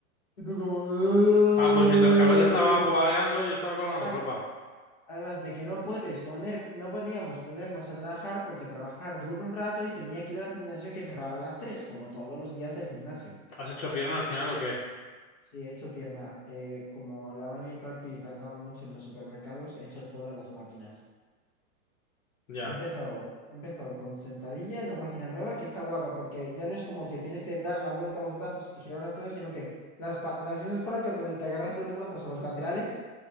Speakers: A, on the left; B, on the left.
A: Y tú como... <laughs>
B: Ah, pues mientras que habrás estado abajo vagueando, yo estaba colgando
A: Además,
B: ropa.
A: Además de que no puedes poner, no podíamos ponernos a trabajar porque trabajar dura un rato y tenía que ir al gimnasio que cerraba a las 3 como todos los días del gimnasio.
B: ¿Has hecho pierna al final o qué?
A: Sí, he hecho pierna. Eh, como la mami y el papi tardaban mucho en los supermercados, he hecho todas las máquinas.
B: Ya.
A: He empezado, he empezado con sentadilla en la máquina nueva, que está guapa, porque ya no es como que tienes que dar la vuelta a los brazos y girar unas cosas, sino que las, pa- las mismas palancas donde te agarras de los brazos a los laterales,